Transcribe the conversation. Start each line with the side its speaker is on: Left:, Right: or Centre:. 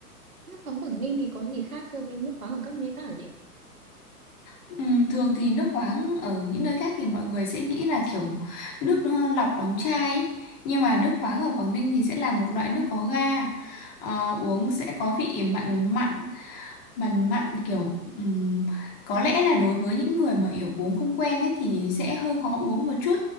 Right: Nước khoáng Quảng Ninh thì có gì khác so với nước khoáng ở các nơi khác hả chị?
Left: Ừ, thường thì nước khoáng ở những nơi khác thì mọi người sẽ nghĩ là kiểu nước ờ, lọc đóng chai ấy. Nhưng mà nước khoáng ở Quảng Ninh thì sẽ là một loại nước có ga Ờ, uống sẽ có vị mặn mặn mặn mặn kiểu ừm, có lẽ là đối với những người mà kiểu uống không quen ấy thì sẽ hơi khó uống một chút